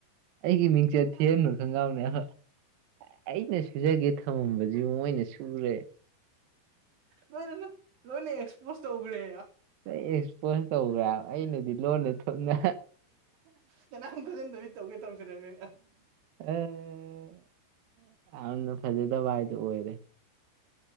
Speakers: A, on the right; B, on the right.
A: ꯑꯩꯒꯤ ꯃꯤꯡꯁꯦ ꯊꯦꯅ ꯈꯣꯡꯒ꯭ꯔꯥꯎꯅꯦꯣꯏ ꯑꯩꯅ ꯁꯨꯖꯒꯦ ꯊꯝꯃꯝꯕꯕꯁꯤ ꯃꯣꯏꯅ ꯁꯨꯔꯦ
B: ꯂꯣꯏꯅꯅ ꯂꯣꯏꯅ ꯑꯦꯛꯁꯄꯣꯖ ꯇꯧꯈ꯭ꯔꯦ
A: ꯑꯦꯛꯁꯄꯣꯁ ꯇꯧꯕ꯭ꯔꯥꯕ ꯑꯩꯅꯗꯤ ꯂꯣꯟꯅ ꯊꯨꯞꯅ
B: ꯀꯅꯥꯝ ꯈꯖꯤꯟꯕꯕꯤ ꯇꯧꯒꯦ ꯇꯧꯔꯖꯔꯒꯦ
A: ꯑꯦ ꯌꯥꯝꯅ ꯐꯖꯗꯕ ꯍꯥꯏꯗꯤ ꯑꯣꯏꯔꯦ